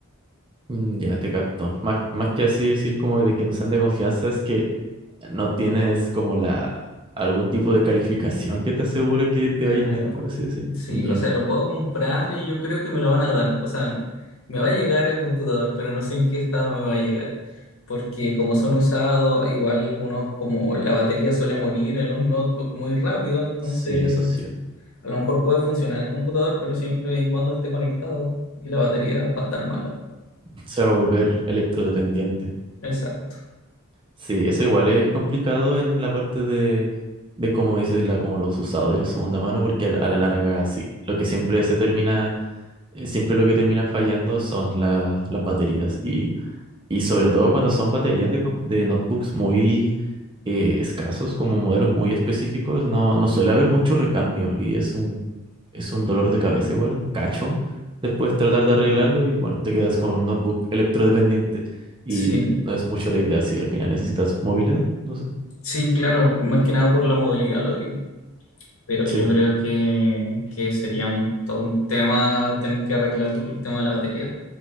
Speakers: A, on the right; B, on the left.
A: Mm, Ya te capto. Más, más que así decir como de que no sean de confianza, es que no tienes como la algún tipo de calificación que te asegure que te
B: Claro.
A: va a ir bien, por así decir
B: Sí,
A: Ya.
B: o sea, lo puedo comprar y yo creo que me lo van a dar. O sea, me va a llegar el computador, pero no sé en qué estado me va a llegar. Porque como son usados, igual algunos, como la batería suele morir en los notebooks muy rápido, entonces
A: Sí, eso sí.
B: a lo mejor puede funcionar el computador, pero siempre y cuando esté conectado y la batería va a estar mala.
A: <laughs> Se va a volver electrodependiente.
B: Exacto.
A: Sí, eso igual es complicado en la parte de, de cómo dices la, como los usados y la segunda mano, porque al- a, la larga sí. Lo que siempre se termina, eh, siempre lo que termina fallando son la- las baterías. Y, y sobre todo cuando son baterías de, com- de notebooks muy eh, escasos, como modelos muy específicos, no, no suele haber mucho recambio. Y es es un dolor de cabeza igual, un cacho. Después tratar de arreglarlo y bueno, te quedas con un notebook electrodependiente y
B: Sí.
A: no es mucho la idea si al final necesitas movilidad, no sé.
B: Sí, claro, más que nada por la movilidad lo digo, pero
A: Sí.
B: yo creo que, que sería un, todo un tema tener que arreglar el tema de la batería.